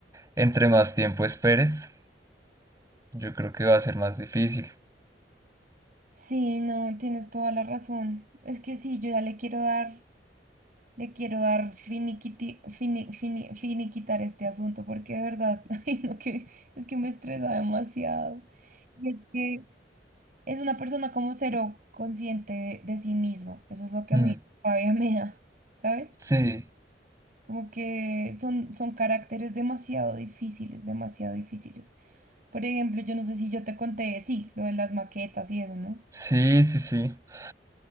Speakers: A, on the right; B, on the right.
A: entre más tiempo esperes, yo creo que va a ser más difícil.
B: Sí, no, tienes toda la razón. Es que sí, yo ya le quiero dar, le quiero dar finiquiti, fini- fini- finiquitar este asunto, porque de verdad, <laughs> ay, no, que es que me estresa demasiado. Y es que es una persona como cero consciente de, de sí misma. Eso es lo que
A: Mm,
B: a mí todavía me da, ¿sabes?
A: sí,
B: Como que son, son caracteres demasiado difíciles, demasiado difíciles. Por ejemplo, yo no sé si yo te conté, sí, lo de las maquetas y eso, ¿no?
A: sí, sí, sí. <laughs>